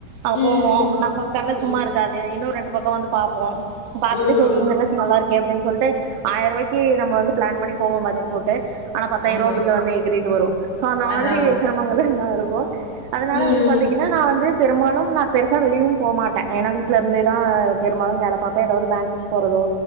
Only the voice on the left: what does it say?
ம் ம்
ம்
ம்
ம்
ஆமா
அதாங்க
ம்